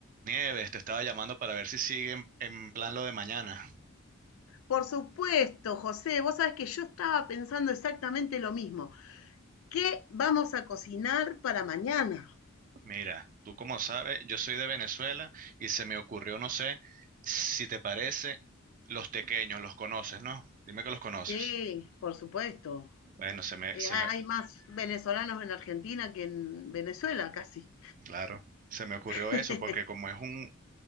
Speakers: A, on the right; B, on the left.
A: Nieves, te estaba llamando para ver si siguen en plan lo de mañana.
B: Por supuesto, José, vos sabés que yo estaba pensando exactamente lo mismo. ¿Qué vamos a cocinar para mañana?
A: Mira, tú como sabes, yo soy de Venezuela y se me ocurrió, no sé, si te parece, los tequeños, los conoces, ¿no? Dime que los conoces.
B: Sí, por supuesto.
A: Bueno, se me,
B: Eh,
A: se
B: hay
A: me,
B: más venezolanos en Argentina que en Venezuela, casi.
A: claro, se me ocurrió
B: <laughs>
A: eso porque como es un,